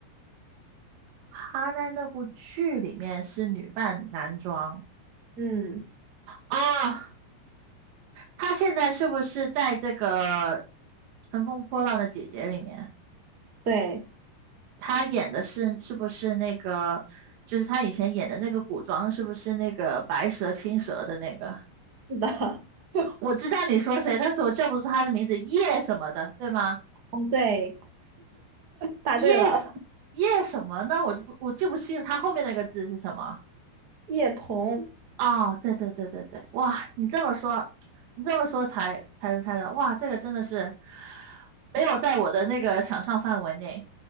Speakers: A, on the right (about 90°); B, on the right (about 70°).
A: 她在那部剧里面是女扮男装
B: 嗯，
A: 啊，她现在是不是在这个《乘风破浪的姐姐》里面？
B: 对，
A: 她演的是是不是那个？就是她以前演的那个古装，是不是那个白蛇青蛇的那个？
B: 是的，<laughs>
A: 我知道你说谁，但是我叫不出她的名字，叶什么的，对吗？
B: 嗯，对，答对了，
A: 叶什叶什么呢？我就不我记不清她后面那个字是什么。
B: 叶童
A: 哦，对对对对对，哇，你这么说，你这么说才才能猜到，哇，这个真的是没有在我的那个想象范围内。